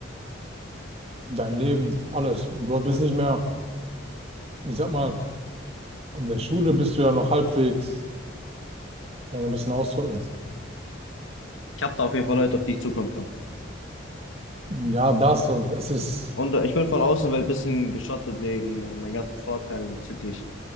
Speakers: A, on the right; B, on the left.
A: dein Leben, alles. Du bist nicht mehr. ich sag mal, in der Schule bist du ja noch halbwegs, kann ich ein bisschen ausdrücken.
B: Ich habe da auf jeden Fall Leute, auf die ich zukommen kann.
A: Ja, das und es ist,
B: Und äh, ich bin von außen weil ein bisschen geschottet wegen äh, meinen ganzen Vorteilen bezüglich